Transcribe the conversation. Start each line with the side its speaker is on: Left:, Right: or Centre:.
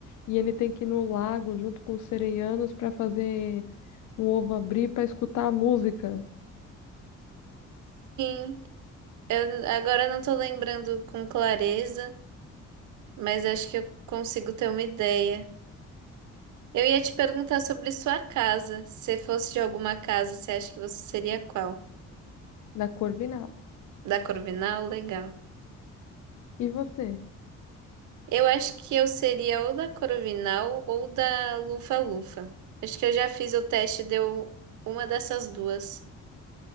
Left: e ele tem que ir no lago junto com os sereianos para fazer o ovo abrir para escutar a música
Right: sim, eu agora não tô lembrando com clareza, mas acho que eu consigo ter uma ideia. Eu ia te perguntar sobre sua casa. Se fosse de alguma casa, você acha que você seria qual?
Left: da Corvinal.
Right: Da Corvinal? Legal.
Left: E você?
Right: Eu acho que eu seria ou da Corovinal ou da Lufa-Lufa. Acho que eu já fiz o teste, e deu uma dessas duas.